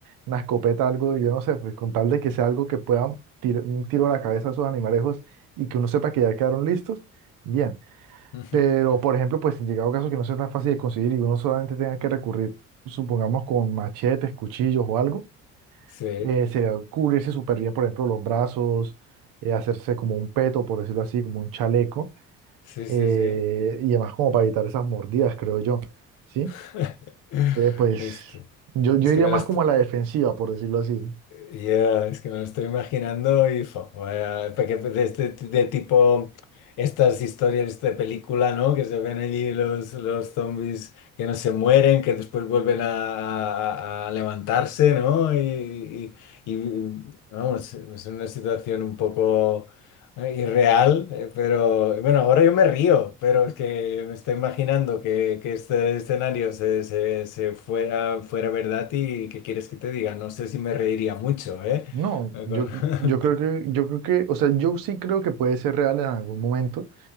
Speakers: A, on the right; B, on the left.
A: una escopeta, algo, yo no sé, pues con tal de que sea algo que pueda tirar un tiro a la cabeza a esos animalejos y que uno sepa que ya quedaron listos, bien.
B: Ujú.
A: Pero,
B: <laughs>
A: por ejemplo, pues en llegado caso que no sea tan fácil de conseguir y uno solamente tenga que recurrir, supongamos, con machetes, cuchillos o algo.
B: Sí,
A: eh, sería cubrirse súper bien, por ejemplo, los brazos, eh, hacerse como un peto, por decirlo así, como un chaleco,
B: sí,
A: eh,
B: sí, sí.
A: y además como para evitar esas mordidas, creo yo, ¿sí?
B: <laughs>
A: Entonces, pues
B: Este,
A: yo, yo
B: es
A: iría
B: que me
A: más
B: lo... est-
A: como a la defensiva, por decirlo así.
B: Ya, es que me lo estoy imaginando y fo, vaya, porque de, este- de tipo estas historias este de película, ¿no? Que se ven allí los, los zombies que no se mueren, que después vuelven a, a- a levantarse, ¿no? Y, y- y, vamos, es una situación un poco... ¿no? Irreal, eh, pero bueno, ahora yo me río, pero es que me estoy imaginando que, que este escenario se, se- se fuera, fuera verdad y ¿qué quieres que te diga? No sé si me reiría mucho, ¿eh?
A: No,
B: <laughs>
A: yo, yo creo que, yo creo que, o sea, yo sí creo que puede ser real en algún momento.